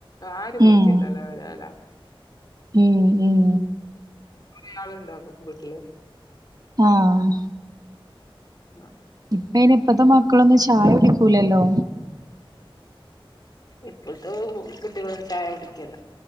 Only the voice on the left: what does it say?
ആരും കുടിക്കല്ലലെ
പെരേല
കൊറെ ആളുണ്ടോ പോ വീട്ടില്
ആഹ്
ഇപ്പൾത്തെ കുട്ടിൾ ചായ കുടിക്കല്ല